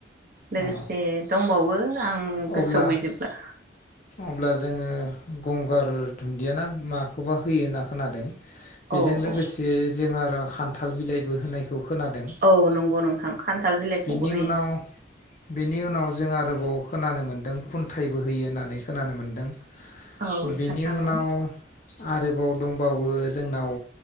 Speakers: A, on the right (about 45°); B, on the left (about 40°).
A: लोगोसे
B: अ
A: दंबावो आं
B: अब्ला
A: गोसोआव गैजोबला।
B: अब्ला जोङो गंगार दुन्दियाना मा खौबा होयो होनना खोनादों। बेजों
A: औ औ
B: लोगोसे जों आरो खान्थाल बिलाइ बो होनाय खोनादों
A: औ नंगौ नोंथां खान्थाल बिलाइखौबो
B: बिनि
A: होयो
B: उनाव बिनि उनाव जों आरोबाव खोनानो मोनदों खुन्थाइ बोहोयो होननानै खोनानो मोन्दों।
A: औ
B: बेनि
A: साननांगौ।
B: उनाव आरोबाव दंबावो जोंनाव